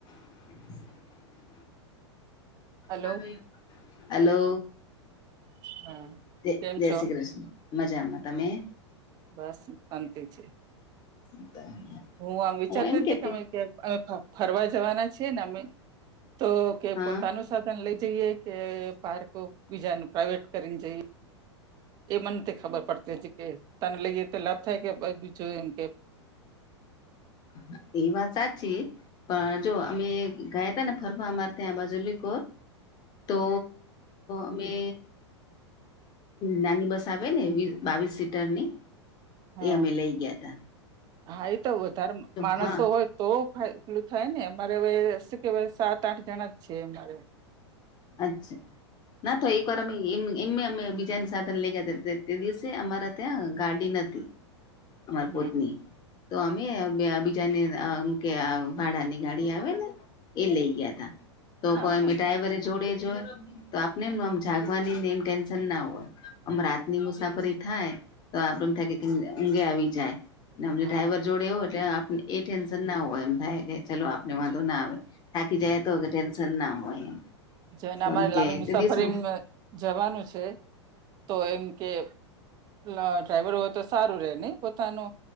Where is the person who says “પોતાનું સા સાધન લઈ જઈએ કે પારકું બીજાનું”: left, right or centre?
Right